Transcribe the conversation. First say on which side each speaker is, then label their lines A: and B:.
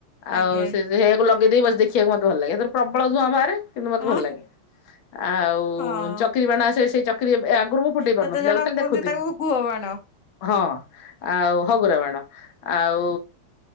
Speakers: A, on the left (about 40°); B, on the left (about 65°).
A: ଆଜ୍ଞା
B: ଆଉ ସେଆକୁ ଲଗେଇ ଦେଇେଇ ବସେ ଦେଖି ଖିଆକୁ ମତେ ଭଲ ଲାଗେ ପ୍ରବଳ ଧୂଆଁ ବାହାରେ କିନ୍ତୁ ମତେ
A: ହଁ
B: ଭଲ ଲାଗେ। ଆଉ
A: ହଁ।
B: ଚକିରୀ ବାଣ ଆସେ ସେଇ ଚକିରୀ ଆଗରୁ ମୁଁ ଫୁଟେଇ
A: କେତେ
B: ପାରୁନଥିଲି
A: ଜଣ
B: ଆଗରୁ ଖାଲି
A: କୁହନ୍ତି
B: ଦେଖୁଥିଲି।
A: ତାକୁ ଗୁହ ବାଣ।
B: ହଁ ଅଁ ଆଉ ହଗୁରା ବାଣ ଆଉ